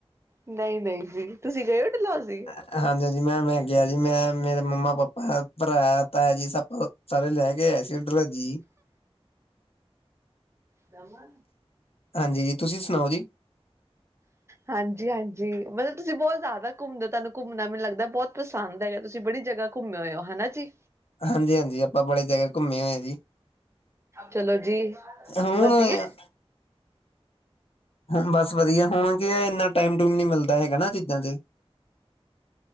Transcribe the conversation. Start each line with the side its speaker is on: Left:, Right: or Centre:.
Right: ਨਹੀਂ- ਨਹੀਂ ਵੀ ਤੁਸੀਂ ਗਏ ਹੋ ਡਲਹੋਜੀ?
Left: ਹਾਂਜੀ-ਹਾਂਜੀ, ਮੈਂ- ਮੈਂ ਗਿਆ ਜੀ, ਮੈਂ, ਮੇਰੇ ਮੰਮਾ- ਪਾਪਾ ਭਰਾ, ਤਾਇ ਜੀ ਸਭ। ਸਾਰੇ ਲੈ ਕੇ ਆਏ ਸੀ ਡਲਹੋਜੀ।
Right: ਦਮਨ।
Left: ਹਾਂਜੀ ਤੁਸੀਂ ਸੁਣਾਓ ਜੀ?
Right: ਹਾਂਜੀ- ਹਾਂਜੀ ਮਤਲਬ ਤੁਸੀਂ ਬਹੁਤ ਜ਼ਿਆਦਾ ਘੁੰਮਦੇ ਹੋ ਤੁਹਾਨੂੰ ਘੁੰਮਣਾ ਮੈਨੂੰ ਲੱਗਦਾ ਬਹੁਤ ਪਸੰਦ ਹੈਗਾ। ਤੁਸੀਂ ਬੜੀ ਜਗਾ ਘੁੰਮੇ ਹੋਏ ਹੋ, ਹਨਾ ਜੀ।
Left: ਹਾਂਜੀ-ਹਾਂਜੀ ਆਪਾਂ ਬੜੇ ਜਗਾ ਘੁੰਮੇ ਹੋਏ ਹ ਜੀ।
Right: ਚਲੋ ਜੀ,
Left: ਹੁਣ
Right: ਵਧੀਆ।
Left: ਹ ਬਸ ਵਧੀਆ ਹੁਣ ਕੀ ਇਨਾ ਟਾਈਮ ਟੂਮ ਨੀ ਮਿਲਦਾ ਹੈਗਾ ਨਾ ਚੀਜ਼ਾਂ ਤੇ।